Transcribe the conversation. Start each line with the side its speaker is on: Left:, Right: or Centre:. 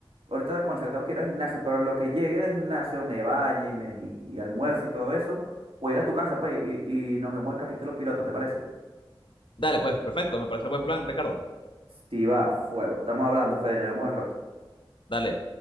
Right: Ahorita, concha, tengo que ir al gimnasio, pero en lo que llegue del gimnasio, me bañe y, me, y, y almuerzo y todo eso, puedo ir a tu casa, pues, y, y nos vemos el capítulo piloto, ¿te parece?
Left: Dale, pues, perfecto, me parece buen plan, Ricardo.
Right: Si va, fuego. Estamos hablando, Fede, nos vemos al rato.
Left: Dale.